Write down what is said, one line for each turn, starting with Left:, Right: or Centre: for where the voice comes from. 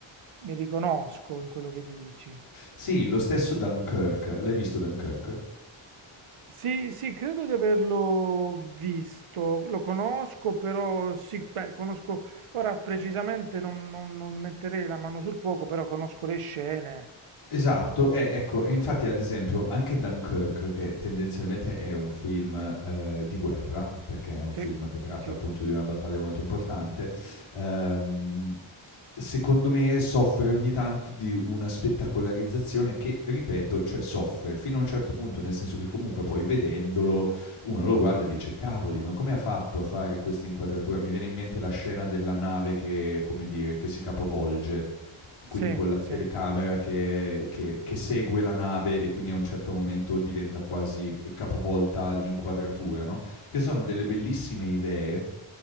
Right: mi riconosco in quello che dici.
Left: Sì, lo stesso Dunkirk, l'hai visto Dunkirk?
Right: Sì, sì, credo di averlo visto, lo conosco, però sì, beh, conosco, ora precisamente non, non- non metterei la mano sul fuoco, però conosco le scene.
Left: Esatto, eh, ecco, e infatti ad esempio anche Dunkirk, che tendenzialmente è un film eh, di guerra, perché è un
Right: Sì,
Left: film che tratta
Right: sì,
Left: appunto di una battaglia molto importante, ehm, secondo me soffre ogni tanto di una spettacolarizzazione che, ripeto, cioè soffre fino a un certo punto, nel senso che comunque poi vedendolo uno lo guarda e dice cavoli, ma come ha fatto a fare questa inquadratura? Mi viene in mente la scena della nave che, come dire, che si capovolge
Right: sì,
Left: quindi con la
Right: sì,
Left: telecamera che che che segue la nave e quindi a un certo momento diventa quasi eh, capovolta l'inquadratura, no, che sono delle bellissime idee